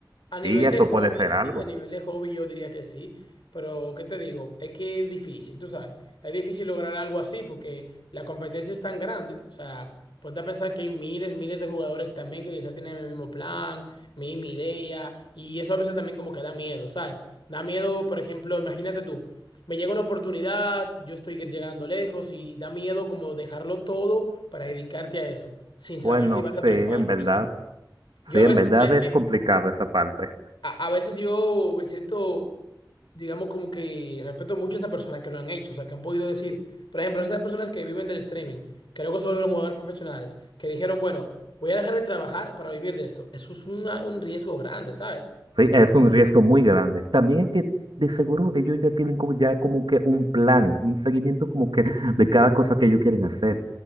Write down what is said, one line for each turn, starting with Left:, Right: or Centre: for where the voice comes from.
Left: A nivel
Right: Y eso
Left: de hobby,
Right: puede ser
Left: sí,
Right: algo.
Left: a nivel de hobby yo diría que sí, pero ¿qué te digo? Es que es difícil, tú sabes, es difícil lograr algo así porque la competencia es tan grande, o sea, ponte a pensar que hay miles, miles de jugadores también que quizá tienen el mismo plan, misma idea, y eso a veces también como que da miedo, ¿sabes? Da miedo, por ejemplo, imagínate tú, me llega una oportunidad, yo estoy llegando lejos y da miedo como dejarlo todo para dedicarte a eso, sin saber
Right: Bueno,
Left: si vas a
Right: sí,
Left: triunfar,
Right: en verdad.
Left: por ejemplo. Yo
Right: Sí,
Left: a
Right: en
Left: veces
Right: verdad
Left: me,
Right: es complicado esa parte.
Left: a, a veces yo me siento, digamos, como que respeto mucho a esas personas que lo han hecho, o sea, que han podido decir, por ejemplo, esas personas que viven del streaming, que luego se volvieron jugadores profesionales, que dijeron, bueno, voy a dejar de trabajar para vivir de esto. Eso es una- un riesgo grande, ¿sabes?
Right: Sí, es un riesgo muy grande. También es que de seguro ellos ya tienen como ya como que un plan, un seguimiento como que <laughs> de cada cosa que ellos quieren hacer.